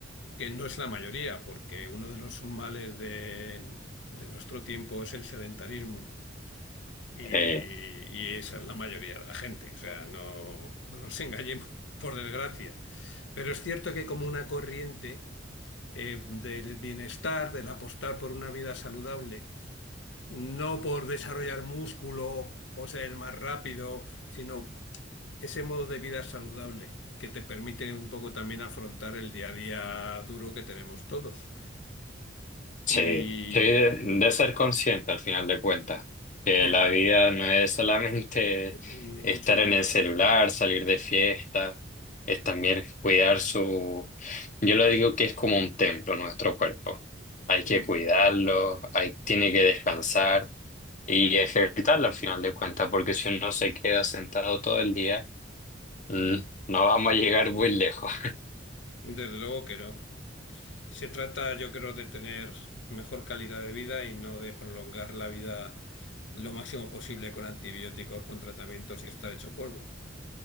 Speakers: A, on the left; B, on the left.
A: que no es la mayoría, porque uno de los males de, de nuestro tiempo es el sedentarismo y,
B: Eh,
A: y esa es la mayoría de la gente. O sea, no, no nos engañemos, <laughs> por desgracia. Pero es cierto que como una corriente eh, del bienestar, del apostar por una vida saludable, no por desarrollar músculo o ser más rápido, sino ese modo de vida saludable que te permite un poco también afrontar el día a día duro que tenemos todos.
B: sí,
A: Y
B: sí, de, de ser consciente al final de cuentas, que
A: porque,
B: la vida no es solamente
A: mm, ni
B: estar
A: mucho menos.
B: en el celular, salir de fiesta, es también cuidar su... Yo lo digo que es como un templo nuestro cuerpo. Hay que
A: Ujú.
B: cuidarlo, hay, tiene que descansar y ejercitarlo al final de cuentas, porque si uno se queda sentado todo el día, mm, no vamos a llegar muy lejos.
A: Desde luego que no. Se trata, yo creo, de tener mejor calidad de vida y no de prolongar la vida lo máximo posible con antibióticos, con tratamientos y estar hecho polvo.